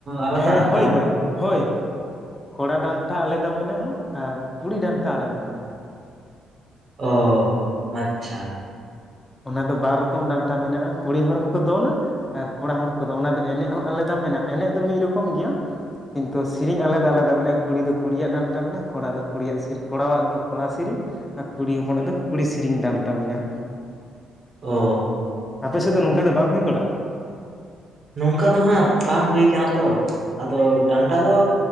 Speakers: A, on the right; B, on the left.
A: ᱟᱞᱟᱫᱟ
B: ᱦᱮᱸ ᱦᱳᱭ
A: ᱟᱨ
B: ᱦᱳᱭ ᱾ ᱦᱳᱭ, ᱠᱚᱲᱟ ᱰᱟᱱᱴᱟ ᱟᱞᱟᱫᱟ ᱢᱮᱱᱟᱜᱼᱟ ᱟᱨ ᱠᱩᱲᱤ ᱰᱟᱱᱴᱟ ᱟᱞᱟᱫᱟ ᱢᱮᱱᱟᱜᱼᱟ ᱾
A: ᱚ ᱟᱪᱪᱷᱟ ᱾
B: ᱚᱱᱟ ᱫᱚ ᱵᱟᱨ ᱨᱚᱠᱚᱢ ᱰᱟᱱᱴᱟ ᱢᱮᱱᱟᱜᱼᱟ ᱠᱩᱲᱤ ᱦᱚᱲ ᱦᱚᱸᱠᱚ ᱫᱚᱱᱟ ᱾ ᱟᱨ ᱠᱚᱲᱟ ᱦᱚᱲ ᱠᱚᱫᱚ ᱚᱱᱟ ᱫᱚ ᱮᱱᱮᱡ ᱦᱚᱸ ᱟᱞᱟᱫᱟ ᱢᱮᱱᱟᱜᱼᱟ ᱮᱱᱮᱡ ᱫᱚ ᱢᱤᱫ ᱨᱚᱠᱚᱢ ᱜᱮᱭᱟ᱾ ᱠᱤᱱᱛᱩ ᱥᱤᱨᱤᱧ ᱟᱞᱮ ᱫᱚ ᱟᱞᱮ ᱫᱚ ᱢᱮᱱᱟᱜᱼᱟ ᱠᱤᱱᱛᱩ ᱥᱤᱨᱤᱧ ᱟᱞᱟᱫᱟ -ᱟᱞᱟᱫᱟ ᱢᱮᱱᱟᱜ-ᱟ ᱠᱩᱲᱤ ᱫᱚ ᱠᱩᱲᱤ ᱭᱟᱜ ᱰᱟᱱᱴᱟ ᱢᱮᱱᱟᱜᱼᱟ ᱠᱚᱲᱟ ᱫᱚ ᱠᱩᱲᱤ ᱭᱟᱜ ᱥᱤᱨᱤᱧ ᱠᱚᱲᱟᱣᱟᱜ ᱫᱚ ᱠᱚᱲᱟ ᱥᱤᱨᱤᱧ ᱾ ᱟᱨ ᱠᱩᱲᱤ ᱦᱚᱯᱚᱱᱟᱜ ᱫᱚ ᱠᱩᱲᱤ ᱥᱮᱨᱤᱧ ᱰᱟᱱᱴᱟ ᱢᱮᱱᱟᱜᱼᱟ ᱾
A: ᱚ᱾
B: ᱟᱯᱮ ᱥᱮᱫ ᱫᱚ ᱱᱚᱝᱠᱟ ᱫᱚ ᱵᱟᱝ ᱦᱩᱭ ᱵᱟᱲᱟᱜᱼᱟ?
A: ᱱᱚᱝᱠᱟ ᱫᱚ ᱦᱟᱸᱜ ᱵᱟᱝ ᱦᱩᱭ ᱠᱟᱱᱟ ᱛᱚ ᱟᱫᱚ ᱰᱟᱱᱴᱟ ᱫᱚᱼᱼ